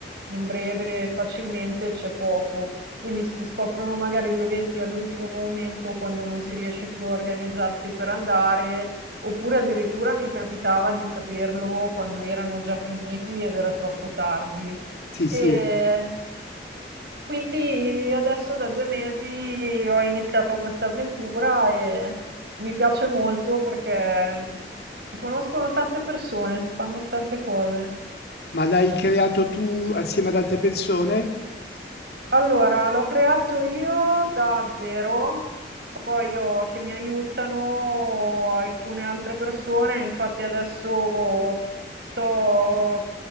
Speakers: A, on the right; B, on the left.
A: in breve e facilmente, c'è poco. Quindi si scoprono magari gli eventi all'ultimo momento quando non si riesce più a organizzarsi per andare, oppure addirittura mi capitava di saperlo quando erano già finiti ed era troppo tardi.
B: Sì, sì.
A: E
B: è-
A: quindi adesso da due mesi ho iniziato questa avventura e mi piace molto perché si conoscono tante persone, si fanno tante cose.
B: Ma l'hai creato tu assieme ad altre persone?
A: Allora, l'ho creato io da zero, poi ho che mi aiutano alcune altre persone, infatti adesso sto